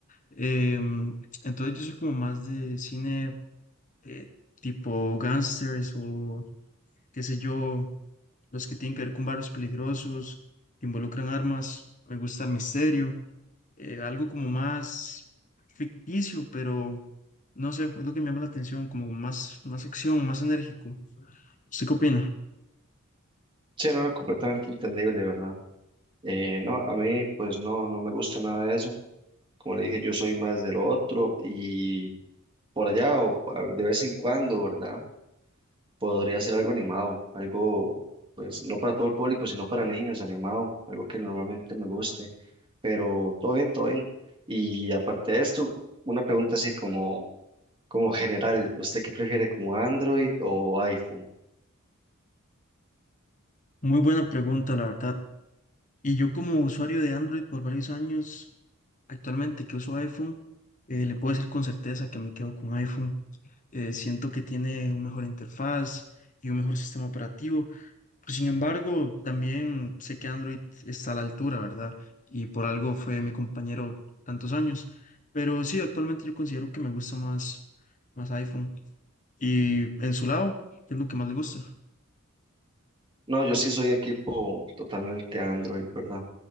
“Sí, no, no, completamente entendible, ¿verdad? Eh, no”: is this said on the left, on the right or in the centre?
Right